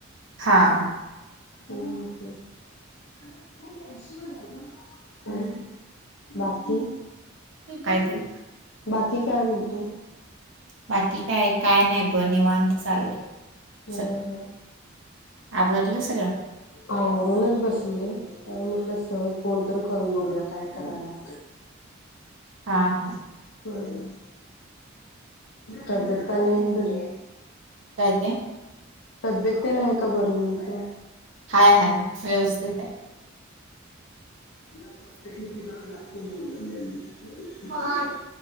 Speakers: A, on the right; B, on the left.
A: हां.
B: <unintelligible> बाकी
A: काय ते
B: बाकी काय म्हणतो?
A: बाकी काय काय नाही बघ निवांत चाललंय
B: ह
A: सग
B: ह
A: आवरलं सगळं.
B: आवरूनच बसलोय, तर म्हटलं सहज फोन तर करून बघूया काय कराला
A: हा हा.
B: बरं. तब्येत पाणी बरीये
A: काय ते
B: तब्येत तेन हाय का बरी म्हणतो
A: हाय हाय व्यवस्थित
B: नेहमी अस वाटत की ते जरा जास्तच बोललो घ्या मी
A: आहे